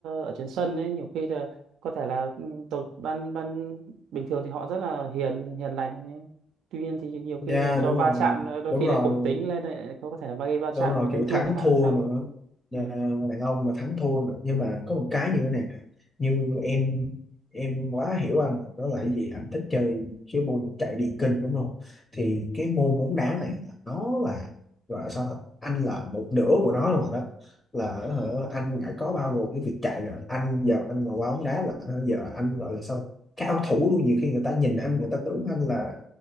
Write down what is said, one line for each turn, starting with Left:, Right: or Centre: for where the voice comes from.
Right: ở trên sân ấy nhiều khi là có thể là ừ, tổ ban ban bình thường thì họ rất là hiền hiền lành ấy. Tuy nhiên thì nhiều khi
Left: dạ
Right: là do
Left: đúng
Right: va
Left: rồi
Right: chạm là đôi
Left: đúng
Right: khi
Left: rồi
Right: là cục tính lên lại lại có thể là gây va
Left: đúng
Right: chạm
Left: rồi
Right: và chấn
Left: kiểu
Right: thương
Left: thắng
Right: chẳng hạn
Left: thua
Right: sao
Left: nữa Nhà
Right: ừ.
Left: đàn ông mà thắng thua nữa nhưng mà có một cái như thế này nè như em em quá hiểu anh đó là cái gì anh thích chơi cái môn chạy điền kinh đúng không thì cái môn bóng đá này nó là gọi là sao ta? anh là một nửa của nó rồi đó là hả, anh đã có bao gồm cái việc chạy rồi anh giờ anh mà qua bóng đá là hả, giờ anh gọi là sao cao thủ luôn nhiều khi người ta nhìn anh người ta tưởng anh là